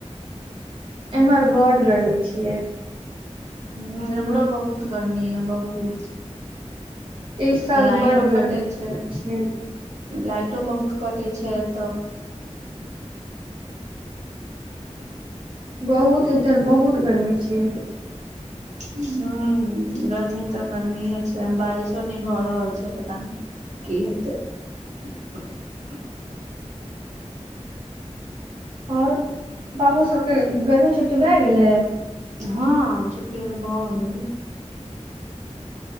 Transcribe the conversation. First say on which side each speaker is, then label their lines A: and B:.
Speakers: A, on the right; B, on the right.
A: एम्हर बड्ड गर्मी छियै
B: हुँ एम्हरो बहुत गर्मी अए बहुत
A: एहि साल
B: लाइनो
A: बड्ड गर्मी
B: कटे छै
A: छियै
B: लाइटो बहुत कटै छै एतऽ
A: बहुत इधर बहुत गर्मी छियै।
B: हुँ गर्मी तऽ गर्मीये छै बारिसो नहि भऽ रहल छै पता नहि की हेतैक
A: आओर बाबू सभकेँ गर्मी छुट्टी भए गेलै
B: हँ छुट्टी ओ तऽ भऽ गेलै